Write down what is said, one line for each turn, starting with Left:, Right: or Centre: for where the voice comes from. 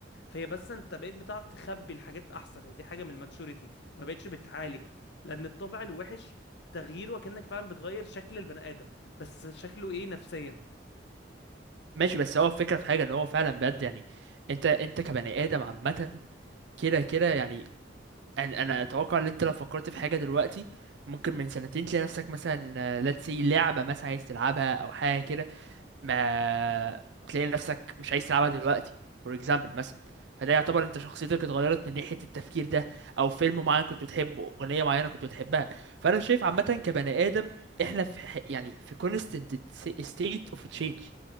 Left: فهي بس انت بقيت بتعرف تخبي الحاجات احسن ودي حاجة من الماتشوريتي ما بقتش بتعالج لان الطبع الوحش تغييره كأنك فعلا بتغير شكل البني ادم بس شكله ايه نفسيا
Right: ماشي بس هو الفكره في حاجه ان هو فعلا بجد يعني انت انت كبني ادم عامه كده كده يعني انا انا اتوقع ان انت لو فكرت في حاجه دلوقتي ممكن من سنتين تلاقي نفسك مثلا let's say لعبه مثلا عايز تلعبها او حاجه كده ما تلاقي نفسك مش عايز تلعبها دلوقتي فور اكزامبل مثلا فده يعتبر انت شخصيتك اتغيرت من ناحية التفكير ده او فيلم معين كنت بتحبه اغنية معينة كنت بتحبها فانا شايف عامة كبني ادم احنا في ح- يعني في constant state of change